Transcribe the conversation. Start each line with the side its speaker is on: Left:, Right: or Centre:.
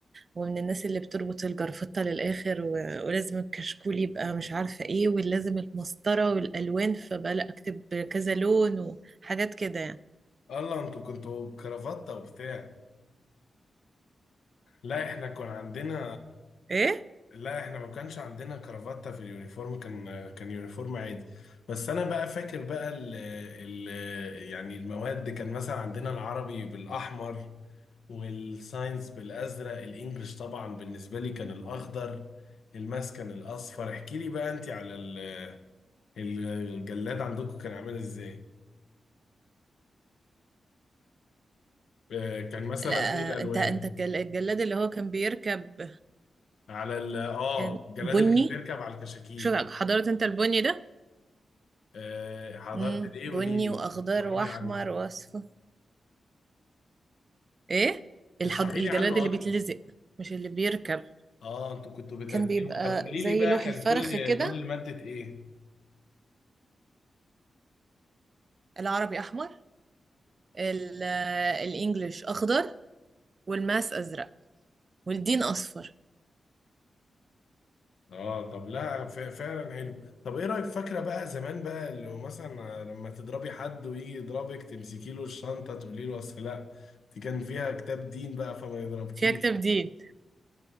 Right: ومن الناس اللي بتربط الجرفطه للاخر و... ولازم الكشكول يبقى مش عارفه ايه ولازم المسطره والالوان فبقى لا اكتب كذا لون وحاجات كده يعني
Left: الله انتوا كنتوا بكرافتة وبتاع لا احنا كان عندنا
Right: ايه
Left: لا احنا ما كانش عندنا كرافتة في اليونيفورم كان كان يونيفورم عادي بس انا بقى فاكر بقى ال ال يعني المواد كان مثلا عندنا العربي بالاحمر والساينس بالازرق الانجليش طبعا بالنسبه لي كان الاخضر الماس كان الاصفر احكي لي بقى انت على ال- ال- الجلاد عندكم كان عامل ازاي آه، كان مثلا
Right: لا
Left: ايه الالوان
Right: انت انت الجل- الجلاد اللي هو كان بيركب
Left: على ال- اه
Right: كان
Left: الجلاد
Right: بني
Left: اللي كان بيركب على الكشاكيل
Right: شو حضرت انت البني ده
Left: آه، حضرت
Right: امم
Left: الايه
Right: بني
Left: قولي لي
Right: واخضر
Left: اشرحي
Right: واحمر
Left: لي عنه
Right: واصفر ايه الحض...
Left: اشرحي
Right: الجلاد
Left: لي عنه
Right: اللي
Left: اكتر
Right: بيتلزق مش اللي بيركب
Left: اه انتوا كنتوا بتركبوا
Right: كان بيبقى
Left: طب قولي
Right: زي
Left: لي بقى
Right: لوح
Left: كان
Right: الفرخ
Left: كل
Right: كده
Left: لون لمادة ايه
Right: العربي احمر ال... آه، الانجليش اخضر والماس ازرق والدين اصفر
Left: اه طب لا ف- فعلا حلو طب ايه رايك فاكره بقى زمان بقى اللي هو مثلا لما تضربي حد ويجي يضربك تمسكي له الشنطه تقولي له اصل لا دي كان فيها كتاب دين بقى فما يضربكيش
Right: فيها كتاب دين